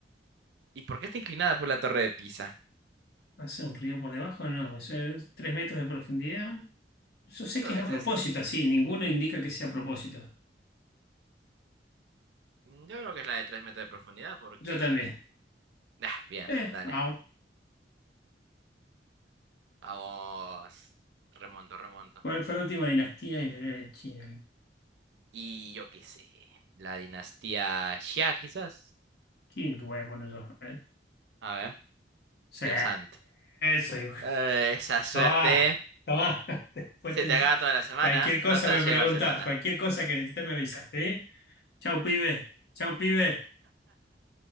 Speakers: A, on the right (about 75°); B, on the left (about 60°).
A: ¿Y por qué está inclinada por la torre de Pisa?
B: ¿Hace un río por debajo? No, eso es tres metros de profundidad. Yo sé
A: Yo creo
B: que es
A: que es
B: a propósito,
A: esa.
B: así. Ninguno indica que sea a propósito.
A: Mm, Yo creo que es la de 3 metros de profundidad porque...
B: Yo también.
A: Ah, bien,
B: Eh,
A: dale.
B: vamos.
A: Vamos. Remonto, remonto.
B: ¿Cuál fue la última dinastía imperial de China?
A: Y yo qué sé. La dinastía Xia, quizás.
B: ¿Quién voy a poner yo? A ver.
A: A ver,
B: Sí,
A: Dios santo.
B: soy
A: Eh, esa suerte
B: Tomá, tomá. <laughs> Después
A: se
B: te-
A: te haga toda la semana.
B: cualquier cosa
A: ¿Dónde está
B: me
A: la ciudad
B: preguntás,
A: de Barcelona?
B: cualquier cosa que necesites me avisas, ¿sí? Chau, pibe. Chau, pibe.